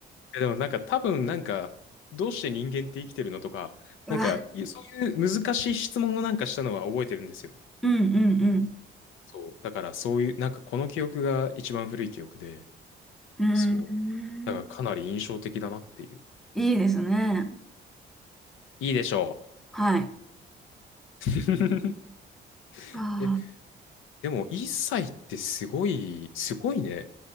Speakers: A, on the left (about 85°); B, in the centre.
A: えでもなんか多分なんか、どうして人間って生きてるのとか、
B: うわ。
A: なんか、いそういう難しい質問をなんかしたのは覚えてるんですよ。
B: うん。うん。
A: そう。だからそういう、なんかこの記憶が一番古い記憶で、
B: うん。
A: そう。
B: うー
A: だからかなり印象的だなっていう。
B: ん。いいですね。
A: いいでしょ
B: はい。
A: う。<laughs>
B: ああ、
A: え、でも1歳ってすごい、すごいね。